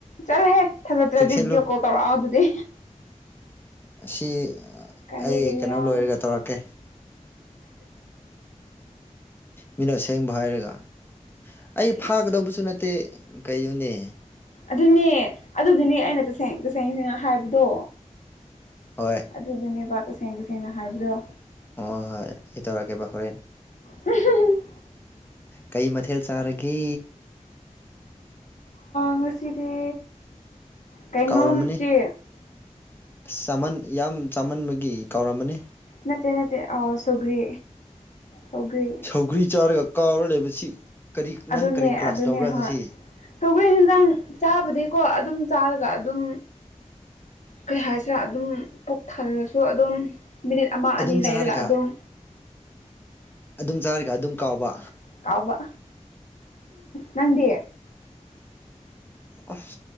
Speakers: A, on the left; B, on the left.
A: ꯆꯠꯂꯍꯦ ꯊꯥꯖꯗ꯭ꯔꯗꯤ
B: ꯆꯦꯛꯁꯤꯜꯂꯨ
A: ꯚꯤꯗꯤꯑꯣ ꯀꯣꯜ ꯇꯧꯔꯛꯑꯣ ꯑꯗꯨꯗꯤ
B: ꯑꯁꯤ
A: ꯀꯔꯤꯒꯤꯔꯥ
B: ꯑꯩ ꯀꯩꯅꯣ ꯂꯣꯏꯔꯒ ꯇꯧꯔꯛꯀꯦ ꯃꯤꯅ ꯑꯁꯦꯡꯕ ꯍꯥꯏꯔꯒ ꯑꯩ ꯐꯥꯒꯗꯧꯕꯁꯨ
A: ꯏꯁ
B: ꯅꯠꯇꯦ ꯀꯩꯗꯨꯅꯦ
A: ꯑꯗꯨꯅꯦ ꯑꯗꯨꯒꯤꯅꯦ ꯑꯩꯅ ꯇꯁꯦꯡ ꯇꯁꯦꯡꯁꯤꯅ ꯍꯥꯏꯕꯗꯣ
B: ꯍꯣꯏ
A: ꯑꯗꯨꯕꯨꯅꯦꯕ ꯇꯁꯦꯡ ꯇꯁꯦꯡꯅ ꯍꯥꯏꯕꯗꯣ
B: ꯑꯣ ꯍꯣꯏ ꯏ ꯇꯧꯔꯒꯦ ꯄ ꯍꯔ
A: ꯎꯝ
B: ꯀꯩ ꯃꯊꯦꯜ ꯆꯥꯔꯒꯦ
A: ꯉꯁꯤꯗꯤ ꯀꯩꯅꯣꯝ
B: ꯀꯥꯎꯔꯝꯃꯅꯤ
A: ꯆꯦ
B: ꯑꯁ ꯆꯃꯟ ꯌꯥꯝ ꯆꯥꯃꯟꯕꯒꯤ ꯀꯥꯎꯔꯝꯃꯅꯤ
A: ꯅꯠꯇꯦ ꯅꯠꯇꯦ ꯑꯥꯎ ꯁꯧꯒ꯭ꯔꯤ ꯁꯧꯒ꯭ꯔꯤ
B: ꯁꯧꯒ꯭ꯔꯤ ꯆꯥꯔꯒ ꯀꯥꯎꯔ ꯂꯩꯕꯁꯤ ꯀꯔꯤ
A: ꯑꯗꯨꯅꯦ
B: ꯅꯪ ꯀꯔꯤ ꯀ꯭ꯂꯥꯁ
A: ꯑꯗꯨꯅꯦ
B: ꯇꯧꯕ꯭ꯔꯥ ꯉꯁꯤ
A: ꯍꯣꯏ ꯁꯧꯒ꯭ꯔꯤ ꯌꯦꯟꯖꯥꯡ ꯆꯥꯕꯗꯤꯀꯣ ꯑꯗꯨꯝ ꯆꯥꯔꯒ ꯑꯗꯨꯝ ꯀꯩ ꯍꯥꯏꯁꯤꯔꯥ ꯑꯗꯨꯝ ꯄꯨꯛ ꯊꯜꯂꯁꯨ ꯑꯗꯨꯝ ꯃꯤꯅꯤꯠ ꯑꯃ
B: ꯑꯗꯨꯝ
A: ꯑꯅꯤ ꯂꯩꯔꯒ
B: ꯆꯥꯔꯒ
A: ꯑꯗꯨꯝ
B: ꯑꯗꯨꯝ ꯆꯥꯔꯒ ꯑꯗꯨꯝ ꯀꯥꯎꯕ
A: ꯀꯥꯎꯕ ꯅꯪꯗꯤ
B: ꯑꯁ